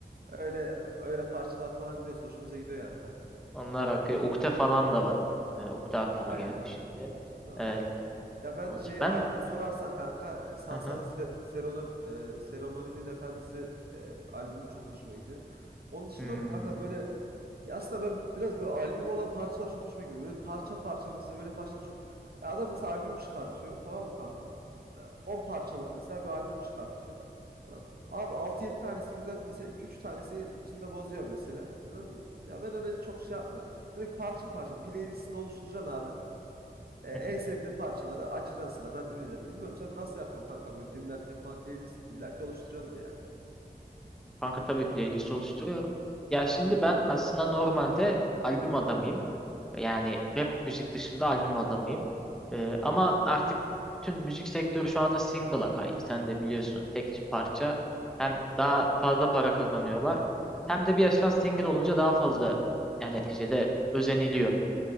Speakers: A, on the right; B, in the centre.
A: Öyle öyle parçalar falan dinliyoruz. Hoşumuza gidiyor yani kanka.
B: Onlar akıyor. Ukde falan da var. Ee, Ukde aklıma
A: Aynı,
B: geldi şimdi.
A: Oktu da
B: Evet,
A: var aynen. Ya ben
B: ot-
A: şey
B: ben
A: albüm sorarsan kanka e, Sansar'ın
B: hı hı.
A: Se- Seronum, e, Seromani'nin Efendisi e, albümü çok hoşuma gidiyor. Onun dışında
B: Hmm.
A: da kanka böyle ya aslında ben biraz böyle albüm olan parçalar çok hoşuma gidiyor. Böyle parça parça mesela öyle parça çok. Ya adam mesela albüm çıkartıyor tamam mı kanka? E, 10 parçalık mesela bir albüm çıkartıyor. Tamam. Abi altı yedi tanesi güzel. Mesela iki üç tanesi içinde bozuyor mesela. Anladın mı? Ya ben öyle çok şey yapmıyorum. Direkt parça parça playlistini oluşturacaksın abi. E, en
B: <laughs>
A: sevdiğin parçaları açacaksın sıradan dinleyeceksin. Bilmiyorum sen nasıl yapıyorsun kanka böyle dinlerken falan playlist illaki oluşturuyordur yani.
B: Kanka tabii playlist oluşturuyorum. Ya şimdi ben aslında normalde albüm adamıyım. Yani rap müzik dışında albüm adamıyım. Ee, ama artık bütün müzik sektörü şu anda single'a kaydı. Sen de biliyorsun tek parça.
A: Aynen
B: Hem daha fazla para kazanıyorlar. Hem de bir yaştan single olunca daha fazla yani neticede özeniliyor.